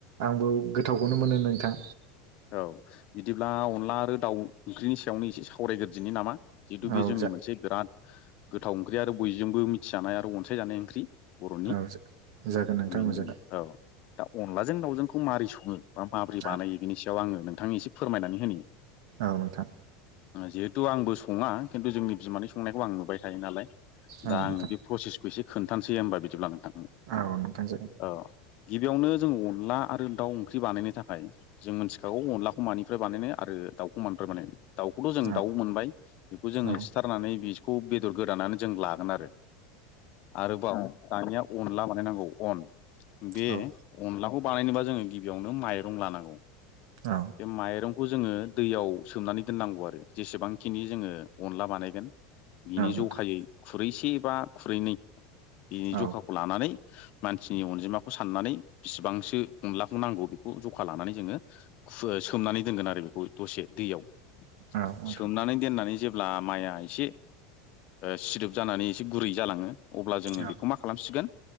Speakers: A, on the right; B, on the left.
A: आंबो गोथावखौनो मोनो नोंथां
B: औ बिदिब्ला अनला आरो दाउ ओंख्रिनि सायावनो एसे सावरायग्रदिनि नामा जिहेतु
A: औ औ
B: बे जोंनि
A: जा
B: मोनसे गराद गोथाव ओंख्रि आरो बयजोंबो मिथिजानाय आरो अनसायजानाय ओंख्रि बर'नि
A: औ जा जागोन नोंथां
B: बेनि
A: औ जागोन
B: औ दा अनलाजों दावजोंखौ माबोरै सङो बा माबोरै
A: औ
B: बानायो बिनि सायाव आङो नोंथांनि एसे फोरमायनानै होनो।
A: औ नोंथां
B: जिहेथु आंबो सङा खिन्थु जोंनि बिमानि संनायखौ आं नुबाय थायो नालाय
A: औ
B: दा
A: नोंथां
B: आङो बे प्रसेस एसे खोनथानोसै होमबा बिदिब्ला नोंथां।
A: औ नोंथां जागोन
B: औ गिबियावनो जोंङ अनला आरो दाउ ओंख्रि बानायनो थाखाय जों मिथिखागौ अनलाखौ मानिफ्राय बानायनो आरो। दाउखौ मोनद्राय मान दाउखौथमजों
A: औ
B: दाउ मोनबाय बेखौ जोङो
A: औ
B: सिथारनानै। बेखौ बेदर गोदानानानै जों लागोन आरो आरोबाव दानिया अनला बानाय नांगौ अन बे
A: औ औ
B: अनलाखौ बानायनोबा जोङो गिबियावनो माइरं लानांगौ
A: औ
B: बे माइरंखौ जोङो दैयाव सोमनानै दोननांगौ आरो जेसेबांखिनि जोङो अनला बानायगोन। बिनि
A: नोंथां
B: जखायै खुरैसे बा खुरैनै बिनि
A: औ
B: जखाखौ लानानै मानसिनि अनजिमाखौ साननानै बेसेबांसो हमलाखौ नांगौ बे जखा लानानै जोङो सोमनानै दोनगोन आरो बेखौ दसे दैयाव
A: औ नोंथां
B: सोमनानै दोननानै जेब्ला माइआ एसे सिदोब जानानै एसे गुरै जालाङो अब्ला जोङो
A: औ
B: बेखौ मा खालामसिगोन